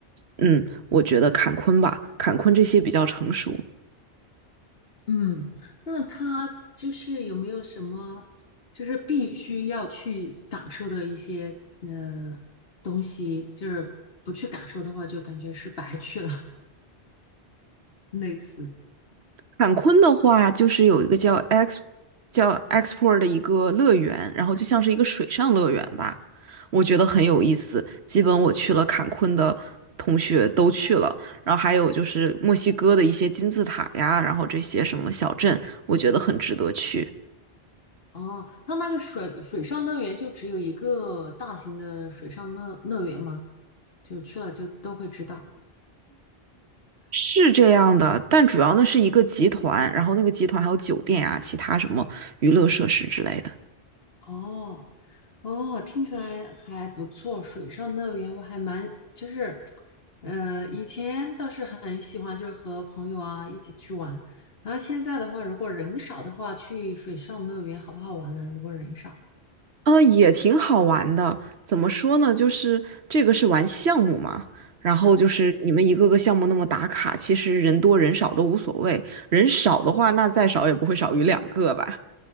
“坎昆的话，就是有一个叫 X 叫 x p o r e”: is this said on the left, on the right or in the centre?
Right